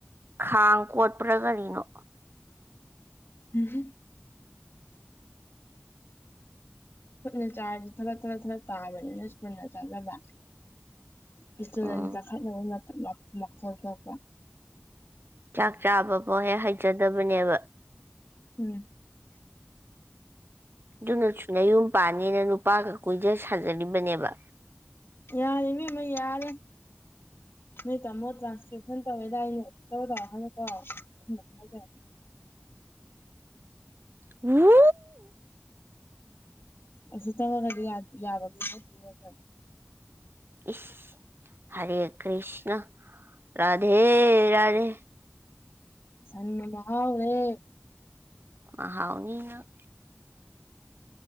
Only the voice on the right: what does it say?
ꯈꯥꯡ ꯀꯣꯠꯄ꯭ꯔꯥ ꯀꯔꯤꯅꯣ
ꯎꯝ
ꯆꯥꯛ ꯆꯥꯕꯐꯥꯎ ꯍꯦꯛ ꯍꯩꯖꯗꯕꯅꯦꯕ
ꯑꯗꯨꯅꯁꯨꯨꯅ ꯌꯨꯝ ꯄꯥꯅꯤꯅ ꯅꯨꯄꯥꯒ ꯀꯣꯏꯖ ꯁꯥꯖꯔꯤꯕꯅꯦꯕ
ꯍꯨ
ꯏꯁ ꯍꯔꯦ ꯀ꯭ꯔꯤꯁꯅ ꯔꯙꯦ ꯔꯙꯦ
ꯃꯍꯥꯎꯅꯤꯅꯪ